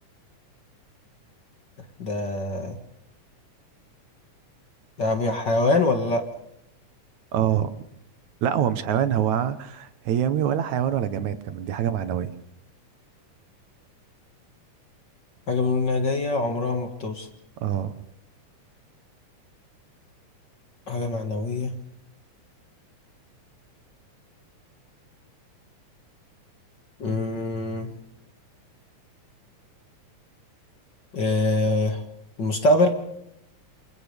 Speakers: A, on the left; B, on the right.
A: ده ده عم- حيوان ولا لأ
B: اه لا هو مش حيوان هو هي م- ولا حيوان ولا جماد كمان دي حاجة معنوية
A: حاجة بنقول إنها جاية عمرها ما بتوصل
B: اه
A: حاجة معنوية أمم، آه. المستقبل